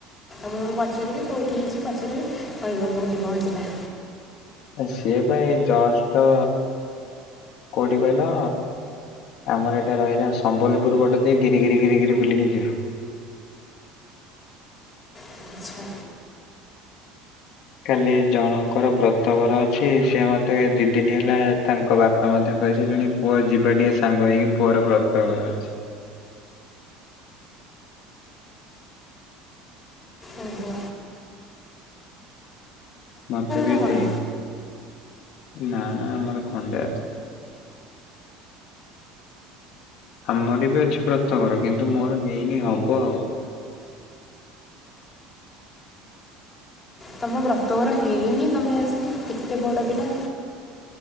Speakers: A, on the left; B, on the left.
A: ମୁଁ ପଚାରିବି କେଉଁଠି ହେଇଚି ପଚାରିବି କହିବ କୋଉଠି ପହଞ୍ଚିଲା।
B: ସିଏ ତ ଏଇ ଜଷ୍ଟ କୋଉଠି କହିଲ ଆମର ଏଇଟା ରହିଲା ସମ୍ବଲପୁର ଗୋଟେ ଦେଇ ଘିରି ଘିରି ଘିରିି ଘିରି ବୁଲିକି ଯିବ।
A: ଆଚ୍ଛା
B: କାଲି ଜଣଙ୍କର ବ୍ରତ ଘର ଅଛି। ସିଏ ମୋତେ ଦିଇ ଦିନ ହେଲା ତାଙ୍କ ବାପା ମଧ୍ୟ କହିସାଇଲେଣି ପୁଅ ଯିବା ଟିକେ ସାଙ୍ଗ ହେଇକି ପୁଅର ବ୍ରତ ଘର ଅଛି।
A: ଓ ହୋ।
B: ମତେ ବି
A: ନା କ'ଣ
B: ଡେଇଁ ନାଁ ନାଁ ଆମର ଖଣ୍ଡାୟତ। ଆମର ବି ଅଛି ବ୍ରତ ଘର କିନ୍ତୁ ମୋର ହେଇନି ହବ ଆଉ।
A: ତମ ବ୍ରତଘର ହେଇନି ତମେ ଆସିକି କେତେ ବଡ ପିଲା